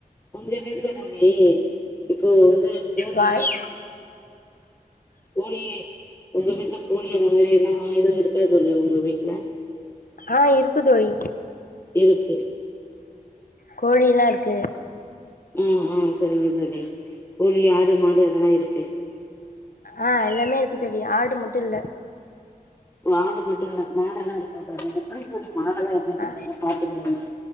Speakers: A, on the left; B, on the left.
A: உங்க வீட்ல தோழி இப்போ வந்து கோழி
B: வாழ்
A: தோழி யே உங்க வீட்ல கோழி அந்த மாரி என்ன எதுவு இருக்கா தோழி உங்க வீட்ல
B: ஆ இருக்கு தோழி
A: இருக்கு
B: கோழில்லா இருக்கு
A: ம் ம் சரிங்க தோழி கோழி ஆடு மாடு அதெல்லா இருக்கு
B: ஆ எல்லாமே இருக்கு தோழி ஆடு மட்டு இல்ல
A: ஆடு மட்டு இல்ல கோழில்லா இருக்கு அது எப்டி தோழி மாடெல்லா வச்சி
B: ஆ
A: பாத்துக்குறீங்க